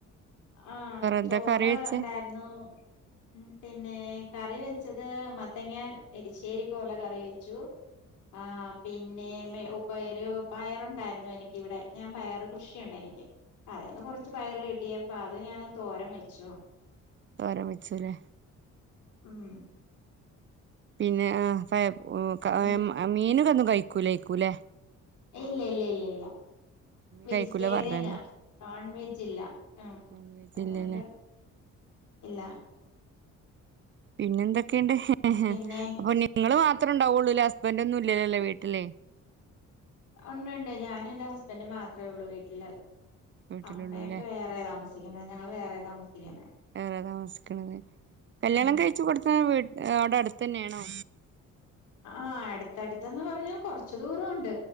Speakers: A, on the left; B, on the right.
A: ആഹ്
B: എന്താ
A: ചോറ്ണ്ടായിരുന്നു
B: കറി വെച്ചേ
A: ഉം പിന്നെ കറി വെച്ചത് മത്തങ്ങ എരിശ്ശേരി പോലെ കറി വെച്ചു ആഹ് പിന്നെ ടേ ഉപ്പേരു പയറുണ്ടായിരുന്നു എനിക്ക് ഇവിടെ ഞാൻ പയറ് കൃഷിയുണ്ടെനിക്ക് അതെന്ന് കൊറച്ച് പയറ് കിട്ടിയപ്പൊ അത് ഞാന് തോരം വെച്ചു
B: തോരൻ വെച്ചുല്ലേ
A: ഉം
B: പിന്നെ ആഹ് ഫയം ഒ ക
A: ഇനി
B: മ മീനൊക്കെ ഒന്നും കഴിക്കുലേക്കുല്ലേ
A: ഇല്ലല്ലല്ല ഇല്ല വെജിറ്റേറിയനാ
B: കഴിക്കൂല പറഞ്ഞല്ലോ
A: നോൺ വെജ് ഇല്ല ആഹ്
B: നോൺ വെജ്
A: അതൊണ്ട്
B: ഇല്ലല്ലേ
A: ഇല്ല
B: പിന്നെ എന്തൊക്കെയുണ്ട്
A: പിന്നെ
B: അപ്പൊ നിങ്ങള് മാത്രണ്ടാവുള്ളൂല്ലേ ഹസ്ബന്റൊന്നും ഇല്ല്യല്ലൊല്ലേ വീട്ടില്
A: ഉണ്ട് ഉണ്ട് ഞാനും എന്റെ ഹസ്ബന്റും മാത്ര ഒള്ളൂ വീട്ടില്
B: വീട്ടിലുള്ളൂല്ലേ
A: അമ്മയൊക്കെ വേറെ റെ താമസിക്കുന്നത് ഞങ്ങള് വേറെ താമസിക്കുന്നേ
B: വേറെ താമസിക്കണത് കല്ല്യാണം
A: ആഹ്
B: കഴിച്ചു കൊടുതത്ത് വി അവിടെ അടുത്ത് തന്നെയാണോ
A: ആഹ് അടുത്ത് അടുത്ത് എന്നു പറഞ്ഞാ കൊറച്ച് ദൂരണ്ട്